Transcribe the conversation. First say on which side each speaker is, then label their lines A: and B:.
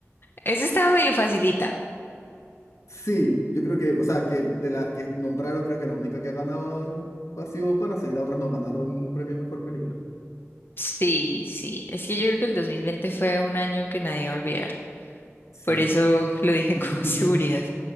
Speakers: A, on the left; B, on the left.
A: Esa estaba medio facilita.
B: Sí, yo creo que, o sea, que de las que nombraron, creo que la única que ha ganado ha sido Parasite, las otras no ganaron premio a mejor película.
A: Sí, sí. Es que yo creo que el 2020 fue un año que nadie va a olvidar.
B: Sí.
A: Por eso lo dije
B: <laughs>
A: con <laughs> seguridad.